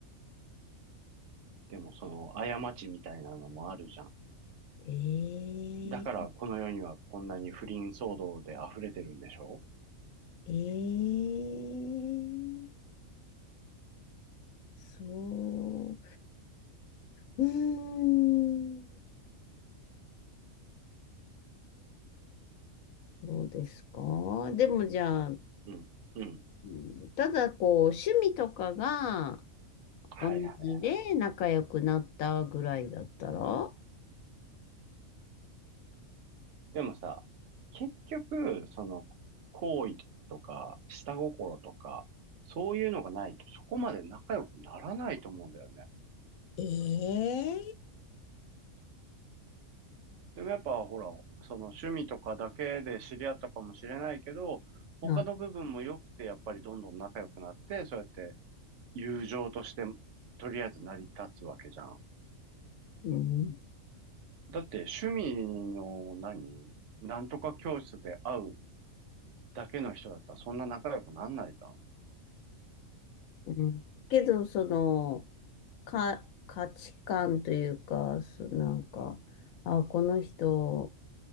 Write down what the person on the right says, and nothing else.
でもその過ちみたいなのもあるじゃん。
だからこの世にはこんなに不倫騒動で溢れてるんでしょ
うん。うん。
はいはいはい。
でもさ、結局、その、好意とか、下心とか、そういうのがないと、そこまで仲良くならないと思うんだよね。
でもやっぱ、ほら、その趣味とかだけで知り合ったかもしれないけど、他の部分も良くて、
やっぱりどんどん仲良くなって、そうやって友情として、とりあえず成り立つわけじゃん。
だって、趣味の何、なんとか教室で会うだけの人だったら、そんな仲良くなんないじゃん。